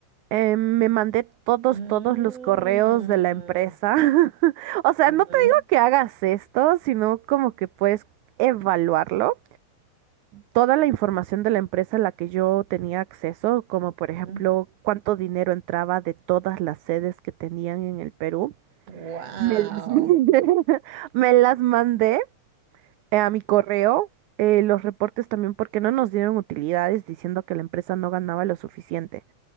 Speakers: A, on the right; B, on the right.
A: Eh, me mandé todos,
B: Mm,
A: todos los correos de la empresa. <laughs> O sea,
B: ujú,
A: no te digo que hagas esto, sino como que puedes evaluarlo. Toda la información de la empresa a la que yo tenía acceso, como por ejemplo
B: ujú.
A: cuánto dinero entraba de todas las sedes que tenían en el Perú,
B: Wow.
A: me las mandé, <laughs> me las mandé eh, a mi correo. eh, los reportes también porque no nos dieron utilidades diciendo que la empresa no ganaba lo suficiente.